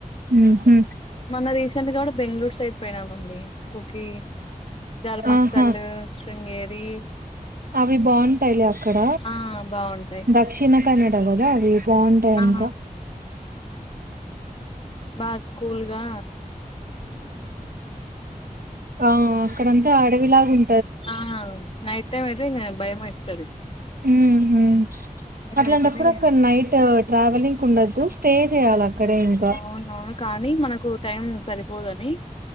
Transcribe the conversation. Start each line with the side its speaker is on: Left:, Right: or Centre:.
Right: ఉహు
Left: మన రీసెంట్ గా కూడా బెంగళూరు సైడ్ పోయినామండి కుకి ధర్మస్తళ్ళు,
Right: ఆహా
Left: శృంగేరి
Right: అవి బావుంటాయిలే అక్కడ
Left: ఆ! బావుంటాయి.
Right: దక్షిణ కన్నడ కదా అవి బావుంటాయి ఎంత
Left: ఆ! బాకూల్గా
Right: ఆహు ఆ అక్కడంతా అడవిలాగా ఉం
Left: ఆ నైట్ టైమ్ అయితే భయ మస్తది
Right: ఆహ అట్లాంటపుడు
Left: అయితేనే
Right: ఒక నైట్ ట్రావెలింగ్ ఉండద్దు స్టే చేయాలి అక్కడే ఇంకా
Left: అవునవును కానీ మనకు టైం సరిపోదుని